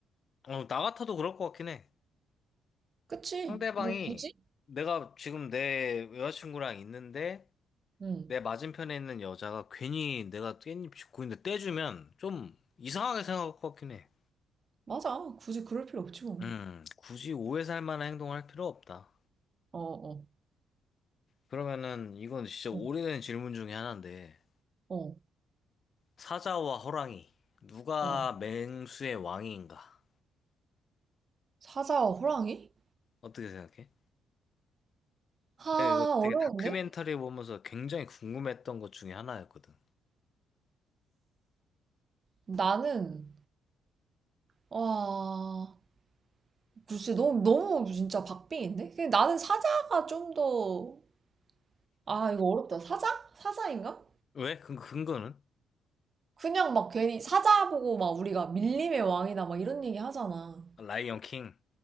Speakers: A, on the left (about 50°); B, on the right (about 40°).
A: 어, 나 같아도 그럴 것 같긴 해.
B: 그치.
A: 상대방이
B: 뭐, 굳이?
A: 내가 지금 내 여자친구랑 있는데,
B: 응,
A: 내 맞은편에 있는 여자가 괜히 내가 깻잎 짚고 있는데 떼주면 좀 이상하게 생각할 것 같긴 해.
B: 맞아. 굳이 그럴 필요 없지, 뭐.
A: 음, 굳이 오해 살 만한 행동을 할 필요 없다.
B: 어, 어,
A: 그러면은 이건 진짜
B: 어,
A: 오래된 질문 중에 하나인데
B: 어.
A: 사자와 호랑이 누가
B: 어.
A: 맹수의 왕인가?
B: 사자와 호랑이?
A: 어떻게 생각해?
B: 하,
A: 내가 이거 되게
B: 어려운데?
A: 다큐멘터리 보면서 굉장히 궁금했던 것 중에 하나였거든.
B: 나는, 와, 글쎄, 너무, 너무 진짜 박빙인데? 근데 나는 사자가 좀 더, 아, 이거 어렵다. 사자? 사자인가?
A: 왜? 근 근거는?
B: 그냥 막 괜히 사자 보고 막 우리가 밀림의 왕이다 막 이런 얘기 하잖아.
A: 라이언 킹.